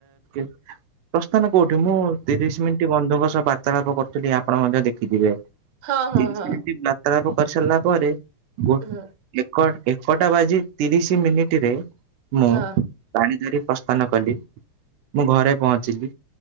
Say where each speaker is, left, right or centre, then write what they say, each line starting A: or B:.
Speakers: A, on the right; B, on the right.
A: <unintelligible> ପ୍ରସ୍ଥାନ କୋଉଠି ମୁଁ ତିରିଶ ମିନିଟ୍ ବନ୍ଧୁଙ୍କ ସହ ବାର୍ତ୍ତାଳାପ କରୁଥିଲି ଆପଣ ମଧ୍ୟ ଦେଖିଥିବେ।
B: ହଁ ହଁ
A: ତିରିଶ
B: ହଁ
A: ମିନିଟ୍ ବାର୍ତ୍ତାଳାପ କରି ସାରିଲା ପରେ ଗୋ
B: ହଁ
A: ଏକ ଏକଟା ବାଜି ତିରିଶ ମିନିଟିରେ ମୁଁ
B: ହଁ
A: <unintelligible> ଧରି ପ୍ରସ୍ଥାନ କଲି ମୁଁ ଘରେ ପହଞ୍ଚିଲି